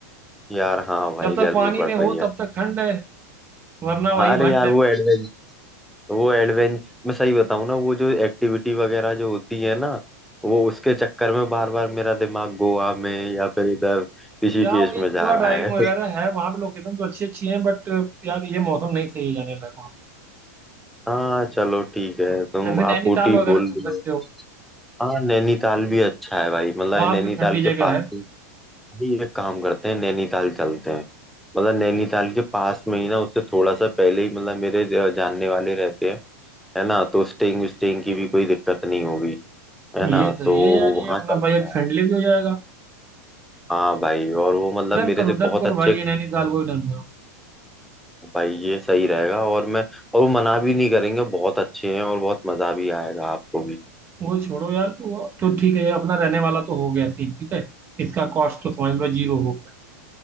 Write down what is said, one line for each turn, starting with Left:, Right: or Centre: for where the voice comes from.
Centre: यार हाँ भाई
Right: जब तक
Centre: गर्मी
Right: पानी
Centre: पड़
Right: में
Centre: रही
Right: हो
Centre: है
Right: तब तक ठंड है वरना वही
Centre: हाँ, अरे
Right: भंड
Centre: यार
Right: है
Centre: वो एडवेंच वो एडवेंच मैं सही बताऊँ ना वो जो एक्टिविटी वगैरह जो होती है ना वो उसके चक्कर में बार बार मेरा दिमाग गोवा में या फिर इधर ऋषिकेश
Right: क्या भाई
Centre: में
Right: स्कूबा
Centre: जा रहा
Right: ड्राइविंग
Centre: है
Right: वगैरह है वहां पे लोकेशन तो अच्छी अच्छी है बट यार ये मौसम नहीं सही है जाने लायक वहाँ
Centre: हाँ चलो ठीक है तुम
Right: पे या फिर नैनीताल
Centre: आप ऊटी
Right: वगैरह
Centre: बोल
Right: चल
Centre: रहे
Right: सकते
Centre: हो
Right: हो
Centre: हाँ नैनीताल भी अच्छा है भाई मतलब
Right: वहां
Centre: नैनीताल
Right: पे ठंडी
Centre: के
Right: जगह
Centre: पास
Right: है
Centre: ही ही एक काम करते हैं नैनीताल चलते हैं मतलब नैनीताल के पास में ही ना उससे थोड़ा सा पहले ही मतलब मेरे ज- जानने वाले रहते हैं है ना तो स्टेइंग स्टेइंग की भी कोई दिक्कत नहीं होगी है
Right: ये
Centre: ना
Right: सही
Centre: तो
Right: है यार ये
Centre: वहाँ
Right: अपना
Centre: चलते
Right: बजट
Centre: हैं
Right: फ्रेंडली भी हो जाएगा
Centre: हाँ भाई और वो मतलब
Right: डन
Centre: मेरे
Right: करो
Centre: से
Right: डन
Centre: बहुत
Right: करो
Centre: अच्छे
Right: भाई
Centre: <laughs>
Right: ये नैनीताल को ही डन करो
Centre: भाई ये सही रहेगा और मैं और वो मना भी नहीं करेंगे बहुत अच्छे हैं और बहुत मजा भी आएगा आपको भी
Right: वो छोड़ो यार वो तो ठीक है ये अपना रहने वाला तो हो गया सीन ठीक है इसका कॉस्ट तो समझ लो जीरो हो गया